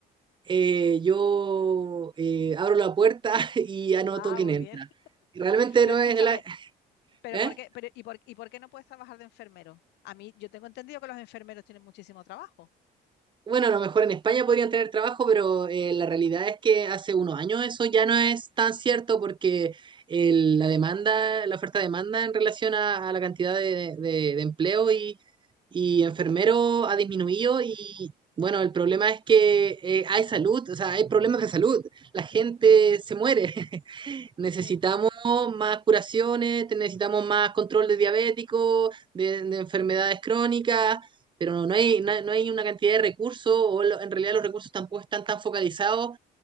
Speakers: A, on the right (about 30°); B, on the left (about 85°).
A: Eh, yo eh, abro la puerta <laughs> y anoto
B: Ah,
A: quién
B: muy
A: entra.
B: bien.
A: Y Realmente
B: Pero
A: no
B: escúchame,
A: es la...
B: pero
A: ¿eh?
B: ¿por qué, pero, y, por, ¿y por qué no puedes trabajar de enfermero? A mí, yo tengo entendido que los enfermeros tienen muchísimo trabajo.
A: Bueno, a lo mejor en España podrían tener trabajo,
B: Sí,
A: pero eh, la realidad es que hace unos años eso ya no es tan cierto porque el- la demanda, la oferta-demanda en relación a, a la cantidad de, de- de empleo y, y enfermeros ha disminuido y bueno, el problema es que eh, hay salud, o sea, hay problemas de salud, la gente se muere. <laughs> Necesitamos
B: sí.
A: más curaciones, necesitamos más control de diabéticos, de, de enfermedades crónicas, pero no, no hay, no, hay no hay una cantidad de recursos, o lo- en realidad los recursos tampoco están tan focalizados